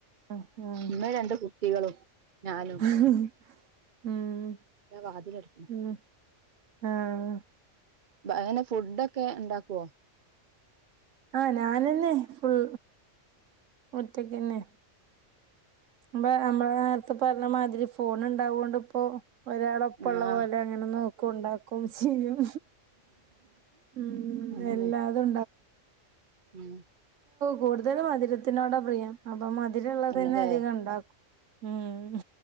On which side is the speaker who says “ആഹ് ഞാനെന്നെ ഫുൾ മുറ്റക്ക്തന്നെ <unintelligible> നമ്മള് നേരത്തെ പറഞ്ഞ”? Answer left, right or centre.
Right